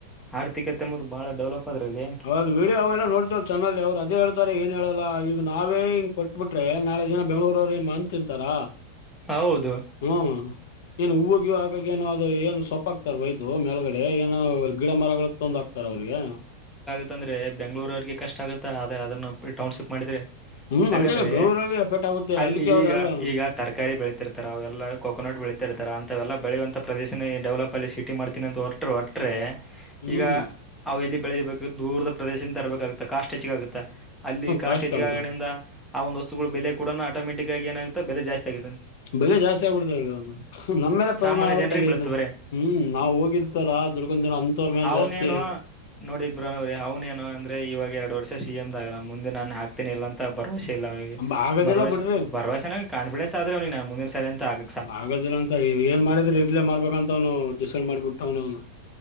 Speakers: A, in the centre; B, on the left (about 55°).
A: ಆರ್ಥಿಕತೆ ಮತ್ತು ಬಹಳ ಡೆವಲಪ್ ಆದ್ರಿ ಇಲ್ಲಿ
B: ಹೌದು ವಿಡಿಯೋ ಎಲ್ಲ ನೋಡ್ತವ ಚಾನಲ್ ಅವರು ಅದೇ ಹೇತಾರೆ ಏನ್ ಹೇಳ ಲ್ಲಾ ಈಗ ನಾವೇ ಹಿಂಗ್ ಕೊಟ್ಬಿಟ್ರೆ ನಾಳೆ ದಿನ ಬೆಂಗ್ಳೂರ ಅವ್ರ ಮಂದ್ ತಿಂತಾರ
A: ಹೌದು
B: ಹ್ಮ್ <inaudible> ಏನು ಹೂವ ಗ್ಯ ಹಾಗಾಗಿ ಏನೋ ಅದು ಏನು ಸೊಪ್ಪ ಆಕ್ತಾರ ಒಯ್ದು ಮೇಲ್ಗಡೆ ಏನೋ ಗಿಡ ಮರಗಳು ತೊಂದ ಹಾಕ್ತಾರ ಅವ್ರಿಗೆ
A: ಅಂತಂದ್ರೆ ಬೆಂಗಳೂರ್ ಅವಿಗೆ ಕಷ್ಟ ಆಗುತ್ತಾ ಅ ಅದನ್ನ ಟೌನ್ಶಿಪ್ ಮಾಡಿದ್ರೆ
B: ಹ್ಮ್
A: ಯಾಕಂದ್ರೆ
B: ಅದೇ ಬೆಂಗಳೂರಲ್ಲಿ ಎಫೆಕ್ಟ್ ಆಗುತ್ತೆ
A: ಅಲ್ಲಿ
B: ಅದಕ್ಕೆ ಅವ್ರೆಲ್ಲ
A: ಈಗ ಈಗ ತರಕಾರಿ ಬೆಳತಿರ್ತಾರ ಅವೆಲ್ಲ ಕೋಕೋನಟ್ ಬೆಳತಿ ಡ್ತಾರ ಅಂತವೆಲ್ಲ ಬೆಳೆಯುವಂತ ಪ್ರದೇಶನ ಡೆವಲಪ್ ಅಲ್ಲಿ ಸಿಟಿ ಮಾಡ್ತೀನಿ ಅಂತ ಹೊಟ ಹೊಟ್ರೆ
B: ಹ್ಮ್
A: ಈಗ ಅವ ಎಲ್ಲಿ ಬೆಳೆದಿಬೇಕು ದೂರದ ಪ್ರದೇಶದಿಂದ ತರಬೇಕಾಗುತ್ತ ಕಾಸ್ಟ್ ಹೆಚ್ಚಿಗೆ ಆಗುತ್ತ ಅಲ್ಲಿ ಕಾಸ್ಟ್
B: ಕಾಸ್ಟ್ಲಿ
A: ಹೆಚ್ಚಗಗಣದಿಂದ
B: ಆಗುತ್ತ
A: ಆ ಒಂದು ವಸ್ತುಗಳು ಬೆಲೆ ಕೂಡ ಆಟೋಮೆಟಿಕ್ ಆಗ ಏನಾಗುತ್ತೆ ಬೆಲೆ ಜಾಸ್ತಿ ಆಗುತ್ತ
B: ಬೆಲೆ ಜಾಸ್ತಿ ಆಗ್ಬಿಡ್ತಲ್ ನಮ್ಮೇಲೆ ಪರಿಮಾಣ
A: ಸಾಮಾನ್ಯ
B: ಆಗುತ್ತೆ
A: ಜನರಿಗೆ
B: ಅಲ್ಲಿದು
A: ಬೀಳತ್ ಬರೆ
B: ಹ್ಮ್ ನಾವ್ ಹೋಗಿರ್ತಾರಾ ದುರ್ಕ ಅಂತವ್ರ ಮೇಲೆ
A: ಅವ್ನೇನುೋ
B: ಜಾಸ್ತಿ
A: ನೋಡಿ ಇಬ್ರನೋ್ರಿ ಅವ್ನೇನು ಅಂದ್ರೆ ಇವಾಗ ಎರಡ್ ವರ್ಷ ಸಿ ಎಮ ದಾಗರ ಮುಂದೆ ನಾನು ಹಾ ಆಗ್ತ ಇಲ್ಲ ಅಂತ ಭರವಸೆ ಇಲ್ಲ ಅವಿಗೆ
B: ಅಂಬ ಆಗದಿಲ್ಲ
A: ಭವೆ
B: ಬಿಡ್ರಿ
A: ಭರವಸೆನ ಕಾನ್ಫಡೆನ್ಸ್ ಆದ್ರೆ ಅವ್ನಿಗೆ ನ ಮುಂದಿನ ಸಾರಿ ಅಂತ ಆಗ
B: ಆಗೋದಿಲ್ಲ ಅಂತ ಏನ್ ಮಾಡಿದ್ರೆ ಇರ್ಲೇ ಮಾಡ್ಬೇಕಂತ ಅವನು ಡಿಸೈಡ್ ಮಾಡ್ಬಿಟ್ಟ ಅವನ ಅವನು